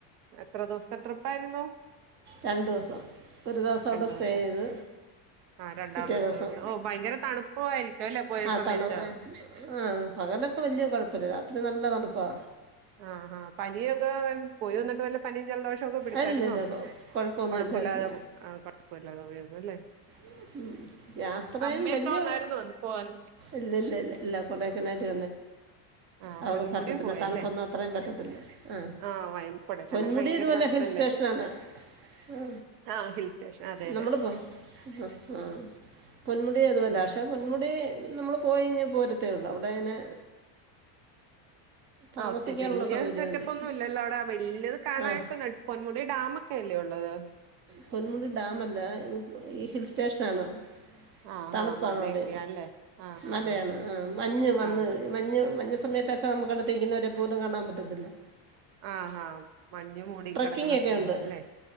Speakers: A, on the right (about 65°); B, on the right (about 25°).
A: എത്ര ദിവസത്തെ ട്രിപ്പ് ആയിരുന്നു
B: രണ്ടു ദിവസം ഒരു ദിവസ അവിടെ സ്റ്റേ
A: ദിവസം
B: ചെയ്ത്
A: ആഹ് രണ്ടാമത്തെ
B: പിറ്റേ ദിവസം
A: ഓ ഭയങ്കര തണുപ്പുമായിരിക്കും അല്ലേ പോയ
B: ആ
A: സമയത്ത്
B: തണു ആഹ പകലൊക്കെ വലിയ കുഴപ്പില്ല അത്ര നല്ലതണുപ്പാ
A: ആഹ് ആഹ് പനിയൊക്കെ പോയി വന്നിട്ട് വല്ല പനിയും ജലദോഷമൊക്കെ പിടിച്ചാരുന്നോ
B: അല്ലല്ല കൊ- കുഴപ്പമൊന്നുമില്ലായിരുന്നു
A: കൊഴപ്പമില്ലാതെ ആ കുഴപ്പമില്ലാതെ പോയിരുന്നു അല്ലേ
B: ഉ യാത്രയും
A: അമ്മയൊക്കെ
B: വല്യ
A: വന്നായിരുന്നോ പോവാൻ
B: ഇല്ലല്ല ഇല്ല ഇല്ല കൊടക്കനാ <inaudible>
A: ആഹ്
B: അ
A: പൊന്മുടി
B: പറ്റത്തില്ല
A: പോയല്ലേ
B: തണുപ്പൊന്നും അത്രയും പറ്റത്തില്ല ആ
A: ആഹ് വയ കൊടൈക്കനാൽ
B: പൊന്മുടി
A: ഭയങ്കര
B: ഇതുപോലെ
A: തണുപ്പല്ലേ
B: ഹിൽ സ്റ്റേഷന ആാണ് ആ
A: ആഹ് ഹിൽ സ്റ്റേഷൻ അതെ അതെ
B: നമ്മള് പോ ആ ആ പൊന്മുടി തുുമല്ല
A: ഉം
B: പക്ഷെ പൊന്മുടി നമ്മള് പോയി കഴഞ്ഞ പോരത്തേ ഉള്ളു അവിടെ ഇങ്ങനെ താമസിക്കാനുള്ള
A: ആ ഒേ വല്യ
B: സൗകര്യമൊന്നും
A: സെറ്റപ്പ് ഒന്നും ഇല്ലല്ലോ അവിടെ വല്ല്യത് കാണായിട്ടൊന്ന
B: ആ
A: പൊന്മുടി ഡാമ ഒക്കെല്ലേ ഉള്ളത്
B: പൊന്മുടി ഡാമ അല്ലഈ ഹിൽ സ്റ്റേഷൻാണ്
A: ആഹ്
B: തണുപ്പാണ്
A: ആഹ് മലയൊക്കെയാ
B: അവിടെ
A: അല്ലേ ആഹ് ആഹ്
B: മലയാണ് ആ മഞ്ഞ് വന്ന്
A: ആഹ്
B: മഞ്ഞ് മഞ്ഞ് സമയത്തൊക്കെ നമുക്കടിത്തിരിക്കുന്നവരെ പോലും കാണാൻ പറ്റ <inaudible>
A: ആഹാ ആഹ് മഞ്ഞ് മൂടി
B: ട്രക്കിങ്ങൊക്കെ
A: കിടക്കണ സ്ഥലവാ
B: ഉണ്ട്
A: അല്ലേ